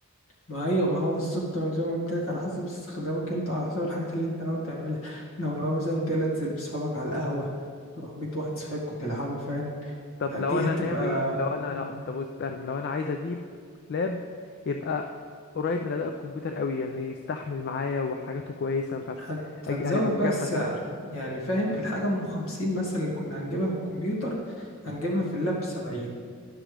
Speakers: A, on the left; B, on the left.
A: ما ايوه ما هو بالظبط أنا زي ما قلت لك على حسب استخدامك انت على حسب الحاجات اللي انت ناوي تعملها لو ناوي مثلا تنزل بصحابك على القهوه تروح بيت واحد صاحبكوا تلعبوا فاهم
B: طب
A: دي
B: لو انا
A: هتبقى
B: ناوي لو انا
A: مم،
B: لا طب استنى لو انا عايز اجيب لاب يبقى قريب من اداء الكمبيوتر قوي يعني يستحمل معايا وحاجاته كويسه مش عارف
A: هت... هتزود
B: أجي... هيبقى بكام
A: بقى السعر
B: مثلا
A: يعني فاهم الحاجه ام 50 مثلا اللي كنا هنجيبها في الكمبيوتر هنجيبها في اللاب ب 70